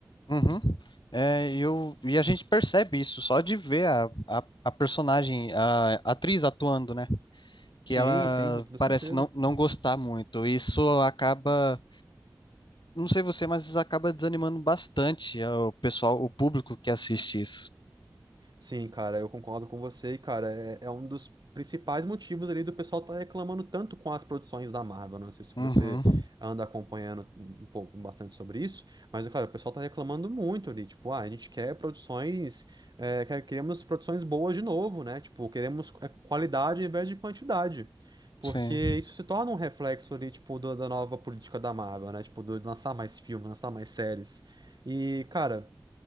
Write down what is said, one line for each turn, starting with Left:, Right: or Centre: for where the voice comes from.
Left: Uhum. É, e eu, e a gente percebe isso só de ver a, a, a personagem, a, a atriz atuando, né? Que
Right: Sim,
Left: ela
Right: sim, com toda
Left: parece
Right: certeza.
Left: não, não gostar muito. Isso acaba, não sei você, mas isso acaba desanimando bastante o pessoal, o público que assiste isso.
Right: Sim, cara, eu concordo com você. E, cara, é, é um dos principais motivos ali do pessoal tá reclamando tanto com as produções da Marvel. né? Não sei se
Left: Uhum,
Right: você anda acompanhando um pouco, bastante sobre isso, mas, cara, o pessoal tá reclamando muito ali. Tipo, ah, a gente quer produções, é, quer- queremos produções boas de novo, né? Tipo, queremos é, qualidade ao invés de quantidade. Porque
Left: sim.
Right: isso se torna um reflexo ali, tipo, do- da nova política da Marvel, né? Tipo, do, de lançar mais filmes, lançar mais séries. E, cara.